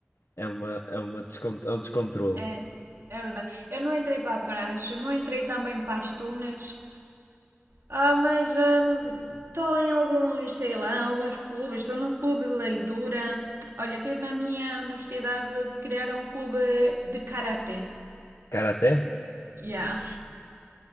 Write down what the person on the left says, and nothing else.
é uma, é uma descon- é um descontrole.
Cara, até?